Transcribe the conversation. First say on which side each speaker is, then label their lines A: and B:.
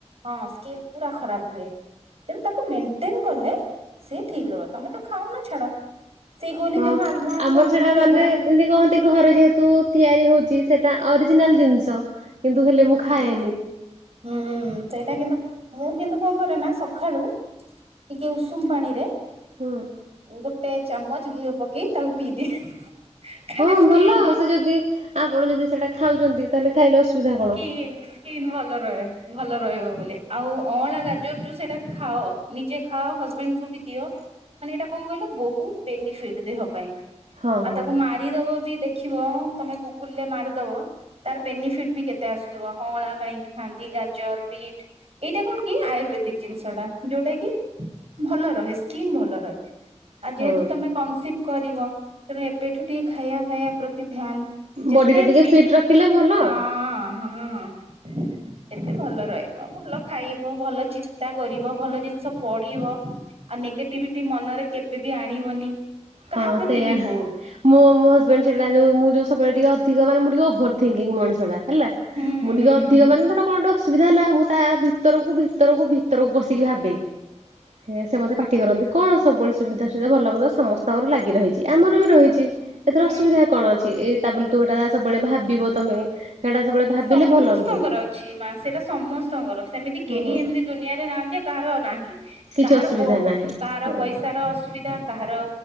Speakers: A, on the right; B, on the right.
A: ହଁ ସ୍କିନ୍ ପୁରା ଖରାପ୍ ହୁଏ। ତେଣୁ ତାକୁ ମେଣ୍ଟେନ୍ କଲେ ସିଏ ଠିକ୍ ରହିବ ତମେ ତ ଖାଉନ ଛାଡ ସେଏ କହିଲେ
B: ହଁ
A: ଯାହା ଆଲମଣ୍ଡ
B: ଆମର
A: ଫାଲମଣ୍ଡ
B: ସେଇଟା ମାନେ
A: ଏଇଗୁଡା
B: ଯେମିତି କହନ୍ତି ଘରେ ଯେହେତୁ ତିଆରି ହଉଛି ସେଟା ଅରିଜିନାଲ୍ ଜିନିଷ କିନ୍ତୁ ହେଲେ
A: ହୁଁ
B: ମୁଁ ଖାଏନି
A: ହୁଁ ହୁ ହ ସେଇଟା କିନ୍ତୁ ମୁଁ କିନ୍ତୁ କଣ କରେ ନା ସଖାଳୁ ଟିକେ ଉଷୁମ ପାଣି ରେ
B: ହଁ
A: ଗୋଟେ ଚାମଚ୍ ଘିଅ ପକେଇ ତାକୁ ପିଇଦିଏ ଖାଲି
B: ହଁ
A: ସ୍କିନ୍
B: ଭଲ ସେ ଯଦି ଆପଣ ଯଦି ସେଟା ଖାଉଚନ୍ତି ତାହେଲେ ଖାଇଲେ ଅସୁବିଧା କଣ?
A: ସ୍କିନ୍ ସ୍କିନ୍ ଭଲ ରହେ ଭଲ ରହିବ ବୋଲି ଆଉ ଅଁଳା ଗାଜର ଯୋଉ ସେଇଟା ଖାଅ। ନିଜେ ଖାଅ ହଜବେଣ୍ଡକୁ ବି ଦିଅ।
B: <inaudible>
A: ମାନେ ଏଇଟା କଅଁ କହିଲ ବହୁତ୍ ବେନିଫିଟ୍ ଦେହ ପାଇଁ
B: ହଁ
A: ଆଉ
B: ହଁ
A: ତାକୁ ମା <unintelligible> ବି ଦେଖିବ ତମେ ଗୁଗୁଲ୍ ରେ ମାରିଦବ ତାର ବେନିଫିଟ୍ ବି କେତେ ଆସୁଥିବ ଅଁଳା କାହିଁକି ଖାଆନ୍ତି ଗାଜର୍ ବିଟ୍ ଏଇଟା କଣ କି ଆୟୁର୍ବେଦିକ୍ ଜିନିଷ ଟା ଯୋଉଟା କି ଭଲ ରହେ ସ୍କିନ୍ ଭଲ ରହେ। ଆଉ ଯେହେତୁ
B: ହଁ
A: ତମେ କନସିପ୍ କରିବ ତେଣୁ ଏବେଠୁ ଟିକେ ଖାଇବା ଫାଇବା ପ୍ର ଧ୍ୟାନ୍ ଯେତେ
B: ବଡିଟା ଟିକେ
A: ପି
B: ଫିଟ୍ ରଖିଲେ ଭଲ
A: ହ-ଅ-ଅ ହ ସେତେ ଭଲ ରହିବ ଭଲ ଖାଇବ ଭଲ ଚିନ୍ତା କରିବ ଭଲ ଜିନିଷ ପଢିବ ଆଉ ନେଗେଟିଭିଟି ମନରେ କେବେ ବି ଆଣିବନି।
B: ହଁ
A: କାହା ପ୍ରତି
B: ସେଇୟା।
A: ବି ହଉ
B: ମୋ ମୋ ହଜବେଣ୍ଡ ସେଟା ଯୋଉ ମୁଁ ଯୋଉ ସବୁବେଳେ ଟିକେ ଅଧିକ ମାନେ ମୁଁ ଟିକେ ଓଭର୍ ଥିଙ୍କିଙ୍ଗ ମଣିଷଟା। ହେଲା ମୁଁ
A: ହୁଁ ହୁଁ
B: ଟିକେ ଅଧିକ
A: ହୁଁ
B: ମାନେ ଧର କଣ ଗୋଟେ ଅସୁବିଧା ହେଲା ଆଉ ମୁଁ ତା ଭିତରକୁ ଭିତରକୁ ଭିତରକୁ ବସିକି ଭାବେ। ହେ ସେ ମତେ ପାଠଟି କରନ୍ତି କଣ ସବୁବେଳେ ସୁବିଧା ସୁବିଧା ଭଲ ମନ୍ଦ ସମସ୍ ତମର ଲାଗି ରହିଛି ଆମର ବି ରହିଛି ଏଥିରେ
A: ହୁଁ
B: ଅସୁବିଧା କଣ ଅଛି ଏଇ ତା ବୋଲି ତୁ ହେଟା ନା ସବୁବେଳେ ଭାବିବ ତମେ। ସେଇଟା ସବୁବେଳେ ଭାବିଲେ
A: ସମସ୍ତଙ୍କର
B: ଭଲ ନୁହଁ।
A: ଅଛି ମା ସେଟା ସମସ୍ତଙ୍କର ସେମିତି
B: ହଁ
A: କେହି ଏମିତି ଦୁନିଆରେ ନାହାନ୍ତି କାହାର ନାହିଁ
B: କିଛି
A: କାହାର
B: ଅସୁବିଧା
A: କୋ
B: ନାହିଁ
A: କାହାର
B: ହଁ
A: ପଇସାର ଅସୁବି ଧା କାହାର